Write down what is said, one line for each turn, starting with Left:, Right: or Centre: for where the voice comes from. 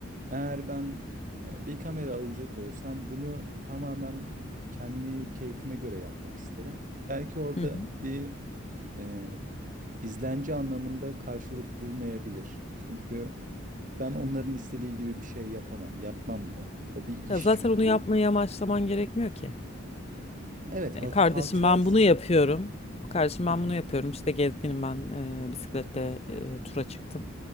Right: Eğer ben e, bir kamera alacak olsam bunu tamamen kendi keyfime göre yapmak isterim. Belki orada
Left: hı hı.
Right: bir e, izlenci anlamında karşılık bulmayabilir. Çünkü Ben onların istediği gibi bir şey yapamam. Yapmam da. O bir iş
Left: Ya zaten
Right: çünkü.
Left: onu yapmayı amaçlaman gerekmiyor ki.
Right: Evet,
Left: E,
Right: hat
Left: Kardeşim
Right: hatıraysa.
Left: ben bunu yapıyorum. Kardeşim ben
Right: <laughs>
Left: bunu yapıyorum. İşte gezginim ben e, bisikletle e, tura çıktım.